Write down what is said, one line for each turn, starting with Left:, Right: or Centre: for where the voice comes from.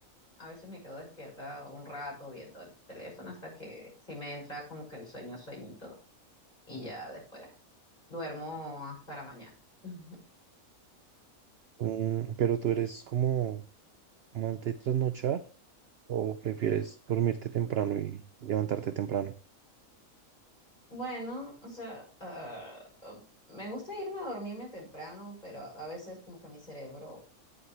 Left: a veces me quedo despierta un rato viendo el teléfono hasta que sí me entra como que el sueño sueñito y ya después duermo hasta la mañana. <laughs>
Right: Mm, pero tú eres como más de trasnochar. ¿O prefieres dormirte temprano y levantarte temprano?
Left: Bueno, o sea, ah, oh, me gusta irme a dormirme temprano, pero a a veces como que mi cerebro